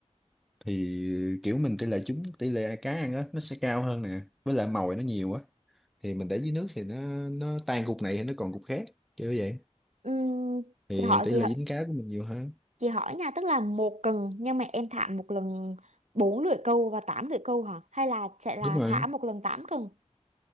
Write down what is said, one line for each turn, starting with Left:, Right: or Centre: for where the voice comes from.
Centre: thì kiểu mình tỷ lệ trúng tỷ lệ cá ăn á nó sẽ cao hơn nè với lại mồi nó nhiều á thì mình để dưới nước thì nó nó tan cục này thì nó còn cục khác kiểu vậy
Right: Ừ.
Centre: thì
Right: chị hỏi
Centre: tỷ
Right: chị
Centre: lệ dính cá của mình nhiều hơn
Right: Chị hỏi nha, tức là một cần nhưng mà em thả một lần bốn lưỡi câu và tám lưỡi câu hả? Hay là sẽ là
Centre: đúng rồi
Right: thả một lần tám cần?